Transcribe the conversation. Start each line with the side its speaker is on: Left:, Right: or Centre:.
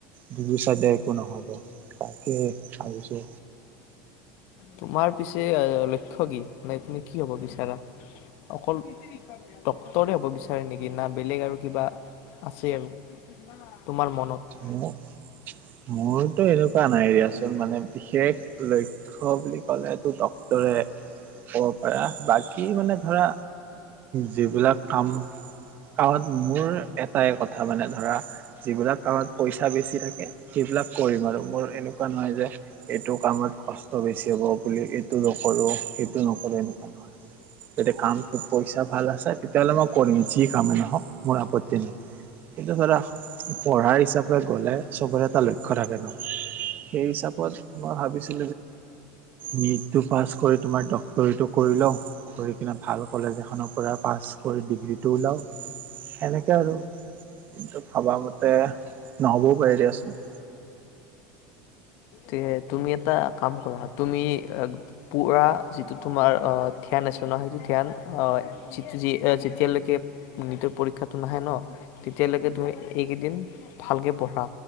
Right: দুয়ো চাইডে একো নহ'ব। ‌তাকে ভাবিছো
Left: তোমাৰ পিছে লক্ষ্য কি? মে তুমি কি হ'ব বিচাৰা? অকল ডক্তৰে হ'ব বিচাৰে নেকি না বেলেগ আৰু কিবা আছে আৰু তোমাৰ মনত
Right: মোৰ মোৰতো এনেকুৱা নাই দিয়াচোন, মানে বিশেষ লক্ষ্য বুলি কলে তো ডক্তৰে ক'ব পাৰা, বাকী মানে ধৰা যিবিলাক কাম কাৰণ মোৰ এটাই কথা মানে ধৰা যিবিলাক কামত পইচা বেছি থাকে সেইবিলাক কৰিম আৰু মোৰ এনেকুৱা নহয় যে এইটো কামত কষ্ট বেছি হ'ব বুলি এইটো নকৰোঁ, সেইটো নকৰোঁ, এনেকুৱা নহয়, যদি কামটোত পইচা ভাল আছে তেতিয়াহ'লে মই কৰিম, যি কামে নহওক মোৰ আপত্তি নাই, কিন্তু ধৰা পঢ়াৰ হিচাপে গ'লে চবৰে এটা লক্ষ্য থাকে ন? সেই হিচাপত মই ভাবিছোঁ নীতটো পাছ কৰি তোমাৰ ডাক্তৰি তো কৰি লও, কৰি কিনে ভাল কলেজ এখনৰ পৰা পাছ কৰি ডিগ্ৰীটো ওলাও আৰু, কিন্তু ভবা মতে নহ'বও পাৰে দিয়াচোন
Left: তে তুমি এটা কাম কৰা, তুমি পুৰা যিটো তোমাৰ আহ ধ্যান আছ ন, সেইটো ধ্যান, আহ যি যেতিয়ালৈকে নিজৰ পৰীক্ষাটো নাহে ন তেতিয়ালৈকে তুমি এইকেইদিন ভালকে পঢ়া,